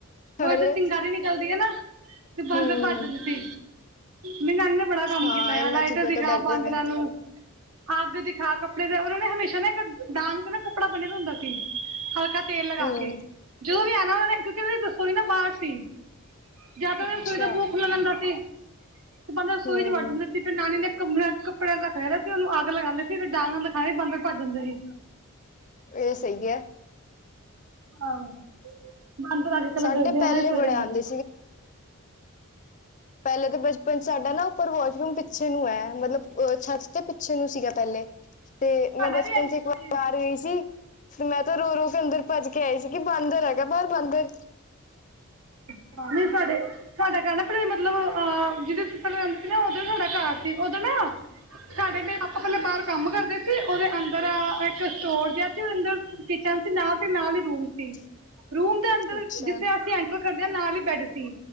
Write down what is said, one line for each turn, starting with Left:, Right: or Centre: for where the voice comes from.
Right: ਹੋਰ
Left: ਅਰੇ
Right: ਤੇ ਚਿੰਗਾਰੀ ਨਿਕਲਦੀ ਹੈ ਨਾ। ਤੇ ਬਾਂਦਰ
Left: ਹੂੰ
Right: ਭੱਜਦੇ ਸੀ, ਮੇਰੀ ਨਾਨੀ ਨੇ ਬੜਾ ਕੰਮ
Left: ਹਾਂ
Right: ਕੀਤਾ
Left: ਇਹਨਾਂ
Right: ਆ ਲਾਈਟਰ
Left: ਚੀਜ਼ਾਂ
Right: ਦਿਖਾ
Left: ਤੋਂ ਡਰਦੇ
Right: ਬਾਂਦਰਾਂ
Left: ਨੇ
Right: ਨੂੰ। ਅੱਗ ਦਿਖਾ ਕੱਪੜੇ ਦੇ ਉਹਨਾਂ ਨੇ ਹਮੇਸ਼ਾ ਨਾ ਇੱਕ ਡਾਂਗ ਤੇ ਨਾ ਕੱਪੜਾ ਬਨਿਆ ਹੁੰਦਾ ਸੀ ਹਲਕਾ ਤੇਲ
Left: ਹੂੰ
Right: ਲਗਾ ਕੇ ਜੋ ਵੀ ਆਨਾ ਉਹਨਾਂ ਨੇ ਕਿਉਂਕਿ ਉਹਨਾਂ ਦੀ ਰਸੋਈ ਨਾ ਬਾਰ ਸੀ। ਜਾ ਤਾਂ
Left: ਅੱਛਾ
Right: ਰਸੋਈ ਦਾ ਬੂਆ ਖੁੱਲਾ ਰੇਹਦਾ ਸੀ ਤੇ ਬਾਂਦਰ ਰਸੋਈ
Left: ਹੂੰ
Right: ਚ ਵੜ ਜਾਂਦਾ ਸੀ ਫਿਰ ਨਾਨੀ ਨੇ ਕਮਰ ਕੱਪੜੇ ਰੱਖਆ ਦਾ ਸੀ ਉਹਨੂੰ ਅੱਗ ਲਗਾਦੇ ਸੀ ਫਿਰ ਡਾਂਗ ਦਿਖਾਈ ਬਾਂਦਰ ਬੰਦੇ ਭੱਜ ਜਾਂਦੇ ਸੀ।
Left: ਏ ਸਹੀ ਐ।
Right: <unintelligible>
Left: ਸਾਡੇ ਪਹਿਲੇ ਬੜੇ ਆਉਂਦੇ ਪੈਲੇ ਤੇ ਬ ਸਾਡਾ ਨਾ ਉੱਪਰ ਵੋਸ਼ਰੂਮ ਪਿੱਛੇ ਨੂੰ ਐ, ਮਤਲਬ ਛੱਤ ਤੇ ਪਿੱਛੇ ਨੂੰ ਸੀਗਾ ਪੈਲੇ ਤੇ
Right: ਸਾਡਾ
Left: ਮੈਂ ਬਚਪਨ
Right: ਵੀ ਅੱਜ
Left: ਚ ਇਕ ਵਾਰ
Right: ਸੇਮ
Left: ਆ ਰਈ ਸੀ, ਤੇ ਮੈਂ ਤੇ ਰੋ, ਰੋ ਕੇ ਅੰਦਰ ਭੱਜ ਕੇ ਆਈ ਸੀ। ਬਾਂਦਰ ਹੈਗਾ ਬਾਰ ਬਾਂਦਰ।
Right: ਅੱਛਾ ਨੀ ਸਾਡੇ ਸਾਡਾ ਕਹਿਣਾ ਭੈਣ ਮਤਲਬ ਅਹ ਜਿਹਦੇ ਰਹਿੰਦੇ ਸੀ ਨਾ ਉਦ ਸਾਡਾ ਘਰ ਸੀ ਉਦੋਂ ਨਾ ਸਾਡੇ ਲਈ ਆਪਾਂ ਪੈਲਾਂ ਬਾਰ ਕੰਮ ਕਰਦੇ ਸੀ, ਓਦੇ ਅੰਦਰ ਏਕ ਸਟੋਰ ਜਾ ਸੀ ਓਦੇ ਅੰਦਰ ਕਿਚਨ ਸੀ ਨਾਲ, ਤੇ ਨਾਲ ਈ ਰੂਮ ਸੀ।
Left: <inaudible>
Right: ਰੂਮ ਦੇ ਅੰਦਰ
Left: ਅੱਛਾ
Right: ਜਿੱਥੇ ਅਸੀਂ ਐਂਟਰ ਕਰਦੇ ਆਂ ਨਾਲ ਈ ਬੈਡ ਸੀ।